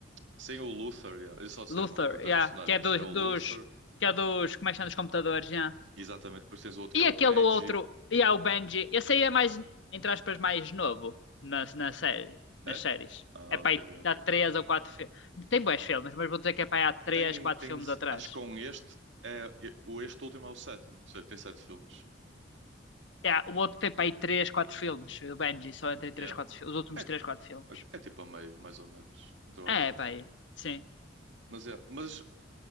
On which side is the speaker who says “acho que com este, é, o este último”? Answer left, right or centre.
Right